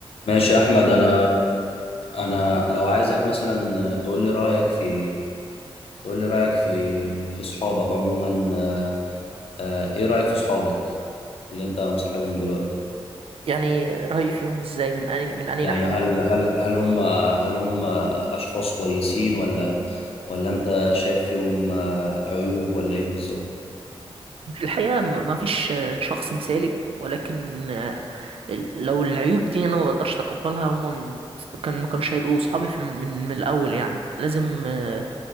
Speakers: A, on the left (about 70°); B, on the right (about 65°).
A: ماشي يا احمد انا انا لو عايزك مثلا تقول لي رايك في تقول لي رايك في في صحابك عموما آه، آه، ايه رايك في صحابك اللي انت مصاحبهم دلوقتي
B: يعني رأيي فيهم ازاي من أني من أني
A: يعني
B: ناحية
A: هل
B: يعني
A: هل هل هم هل هم اشخاص كويسين ولا ولا انت شايف فيهم آه، عيوب ولا ايه بالظبط
B: الحقيقة م- ما فيش آه، شخص مثالي ولكن آه، ال- لو العيوب دي أنا ما بقدرش أتقبلها هما م- كان ما كانوش هيبقوا صحابي في من من الأول يعني لازم آه،